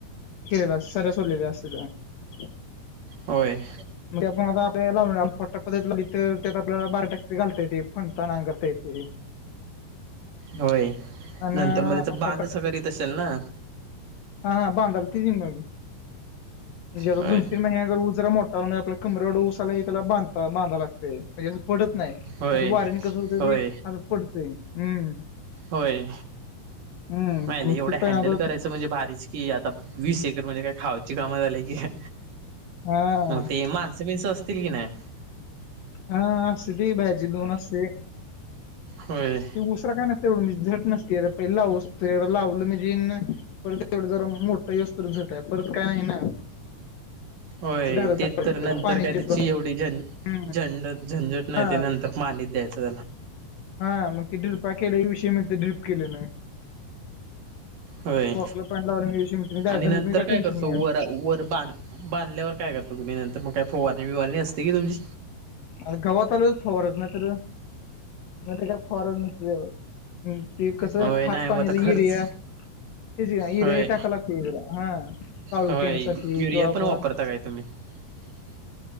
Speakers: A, on the left; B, on the right.
A: केलेला सऱ्या सोडलेले असत्यात
B: व्हय.
A: म्हणजे आपण आता ते पट्टा पद्धत लावली तर त्यात आपल्याला बारा टाके घालता येत फणता नांगरता येतेय. <unintelligible>
B: होय
A: आणि
B: नंतर मध्येच बांध
A: पट
B: सगत असेल ना.
A: हा बांधायला ती मग म्हणजे आता
B: होय
A: दोन तीन महिन्या तर ऊस जरा मोटा म्हणज आपल्या कमरे‌एवढा ऊस आला त्याला बांध बांधाय लागते म्हणजे पडत नाही
B: होय
A: आता वारीने कस होत
B: होय
A: ते असं पडतय हम्म्.
B: होय
A: हम्म
B: मायला
A: मग
B: एवढं
A: ते पण
B: हँडल
A: आता
B: करायचं म्हणजे भारीच. कि आता वीस एकर म्हणजे काय खावाची कामं झाली की काय.
A: हा.
B: मग ते माणसं बिणस असतील कि नाही.
A: हा असस ती बाहेरची दोन असतंय.
B: होय
A: ती उसरा काय नस एवढं म्हणजे झट नस पहिस्त लावलं म्हणजे पर तेवढं जरा मोठ यवस्त झटय परत काय? ना
B: होय
A: रदार
B: तेच तर नंतर
A: पाणी
B: काय त्याची
A: देतो हम्.
B: एवढी झं झंड झंझट नाही
A: हा
B: ते नंतर पाणी द्यायचं त्याला
A: हा मग किड पाकेट विषय मी ड्र्रीप केले ना.
B: होय
A: कॉकला पाणी लावल्या विषय मिळते दार
B: आणि नंतर
A: धरत मी टेन्शन
B: काय करतो
A: नाही
B: वर वर बांध बांधल्यावर काय तुम् नंतर मग काय फोवारणी बिवारणी असते की तुमची
A: आ गवातल फवार नाही तर का फवार ते कस
B: होय
A: खात
B: नाही मग
A: पाणीच
B: आता खर्च
A: यिरिया तेज ह
B: होय
A: रे ह टा का लागतला हह काळू
B: होय
A: केेणसाठीसाठी
B: युरिया
A: किवाबा
B: पण वापरता काय <unintelligible>